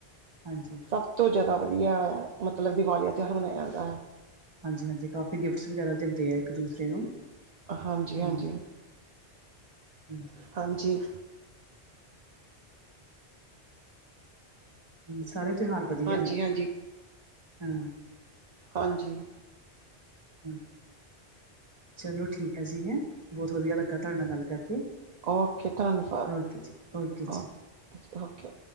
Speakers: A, on the right; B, on the right.
A: ਹਾਂਜੀ।
B: ਸਭ ਤੋਂ ਜ਼ਿਆਦਾ ਵਧੀਆ ਆ, ਮਤਲਬ ਦੀਵਾਲੀ ਦਾ ਤਿਉਹਾਰ ਮਨਾਇਆ ਜਾਂਦਾ।
A: ਹਾਂਜੀ -ਹਾਂਜੀ ਕਾਫੀ ਗਿਫਟਸ ਵਗੈਰਾ ਦਿੰਦੇ ਆ। ਇੱਕ ਦੂਸਰੇ ਨੂੰ
B: ਹਾਂਜੀ
A: ਹਾਂ-
B: ਹਾਂਜੀ
A: ਹ
B: ਹਾਂਜੀ।
A: ਹਮ ਸਾਰੇ ਤਿਹਾਰ ਵੱਧੀਆ
B: ਹਾਂਜੀ
A: ਨੇ
B: ਹਾਂਜੀ
A: ਹਾ।
B: ਹਾਂਜੀ।
A: ਹ ਚਲੋ ਠੀਕ ਐ ਜੀ, ਬੋਤ ਵੱਧੀਆ ਲੱਗਾ ਤੁਹਾਡੇ ਨਾਲ ਗੱਲ ਕਰਕੇ।
B: ਓਕੇ ਧਨਵਾਦ,
A: ਓਕੇ ਜੀ, ਜੀ।
B: Okay- okay -ਓਕੇ।